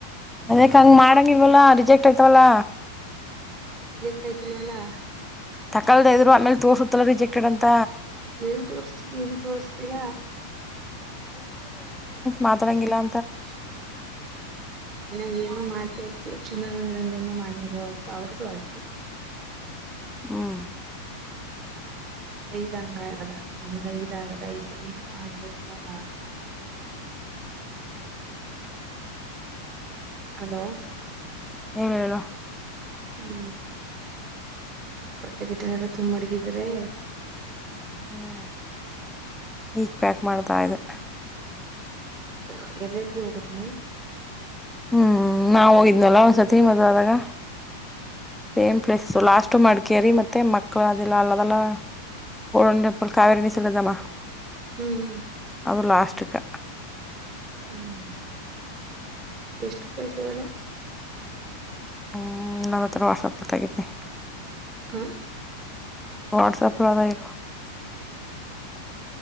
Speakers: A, in the centre; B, on the right (about 30°).
A: ಅದಕ್ಕ ಹಂಗ ಮಾಡಂಗಿಲ್ವಲ್ಲಾ ರಿಜೆಕ್ಟ್ ಯತವಲ್ಲ
B: ಕಯತಿ ಇಲ್ಲ <unintelligible>
A: ತಕಾಲದೆ ಇದ್ರು ಆಮೇಲೆ ತೋರ್ಸುತ್ತಲ್ಲ ರಿಜೆಕ್ಟಡ್ ಅಂತ
B: ಎಲ್ ತೋರ್ಸ್ತಿದಿ ಏನು ತೋರ್ರಿಸುತಿಲ್ಲ
A: ಮಾತಡಂಗಿಲ್ಲ
B: ಹನ <unintelligible> ನಾ ಮಾತಾವಿ ಚಿನ್ನ ನಿರಂಜನ ಮಾಡ್ಲಿ ಅವತ್ತು ಅವ್ರದ್ದು ಆಯ್ತು
A: ಹ್ಮ್
B: ಐದ್ ಹಂಗ ಆಗದ ನಮ್ದೈದು ಆಗದ ಐದು ಏನ್ ಮಾಡಿರದಿಲ್ಲ ಲಾ <unintelligible>
A: ಹ್ಮ್ <inaudible>
B: ಅದು
A: ಏನು ಹೇಳಏನು
B: ಹ್ಮ್ ಬಟ್ಟೆ ಗಿಟ್ಟೆ ಎಲ್ಲ ತುಂಬು ಮಡಗಿದ್ರೆಯೇ
A: ಹ್ಮ್ ಈಗ ಪ್ಯಾಕ್ ಮಾಡ್ತಾ ಇದೆ
B: ಎ ಎಲ್ ಎಲ್ಲಿಗೆ ಹೋಗುದು ನೀನು
A: ಹ್ಮ್ ನಾವು ಹೋಗಿದ್ನಲ್ಲ ಒಂದ್ಸರ್ತಿ ಮದ್ ಆದಾಗ ಸೇಮ್ ಪ್ಲೇಸ್ಸ ಲಾಸ್ಟ್ ಮಡಿಕೇರಿ ಮತ್ತೆ ಮಕ್ಳ ಅದೆಲ್ಲ ಅಲ್ಲದೆಲ್ಲ ಗೋಲ್ಡನ್ ಟೆಂಪಲ್ ಕಾವೇರಿ ಮೀಸಲದಮ್ಮ <unintelligible>
B: ಹ್ಮ್
A: ಅವರು ಲಾಸ್ಕ್ಕ
B: ಹ್ಮ್ ಎಷ್ಟಟ್ ಪ್ಲೇಸ್ ಹೇಳಲ್ಲ
A: ಹ ನಾನ ಹತ್ರ ವಾಟ್ಸಾಪ್ನಲ್ಲಿ ತಗಿದ್ದೀನಿ
B: ಹ
A: ವಾಟ್ಸಆಪ್ಲ್ಲದ ಇರ